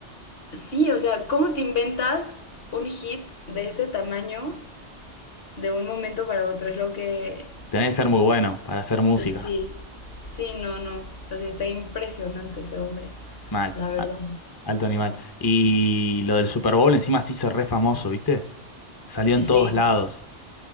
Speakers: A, on the left; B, on the left.
A: Sí, o sea, ¿cómo te inventas un hit de ese tamaño de un momento para otro? Es lo que,
B: Tenés que ser muy bueno para hacer música.
A: Sí, sí, no, no. O sea, está impresionante ese hombre,
B: Mal.
A: la verdad.
B: A- Alto animal. Y lo del Super Bowl encima se hizo re famoso, ¿viste? Salió en
A: Sí,
B: todos lados.